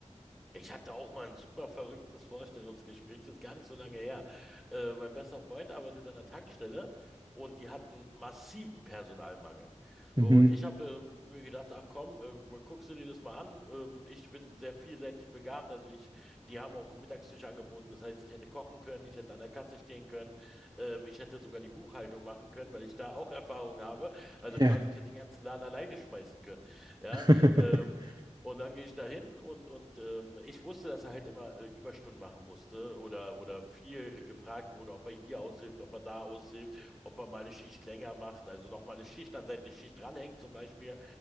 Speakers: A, in the centre; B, on the right.
A: Ich hatte auch mal ein super verrücktes Vorstellungsgespräch, das ist gar nicht so lange her. Äh, mein bester Freund arbeitet an der Tankstelle und die hatten massiven Personalmangel.
B: Mhm.
A: So, Und ich habe äh, mir gedacht, ach komm, äh, guckst du dir das mal an. Ähm, ich bin sehr vielseitig begabt, also ich, die haben auch einen Mittagstisch angeboten. Das heißt, ich hätte kochen können, ich hätte an der Kasse stehen können, ähm, ich hätte sogar die Buchhaltung machen können, weil ich da auch <laughs> Erfahrung habe. Also
B: Ja.
A: quasi, ich hätte den ganzen Laden alleine schmeißen können. Ja,
B: <laughs>
A: äh, und dann gehe ich da hin und, und ähm, ich wusste, dass er halt immer äh, Überstunden machen musste oder, oder viel äh, gefragt wurde, ob er hier aushilft, ob er da aushilft, ob er mal eine Schicht länger macht, also noch mal eine Schicht an seine Schicht dranhängt zum Beispiel.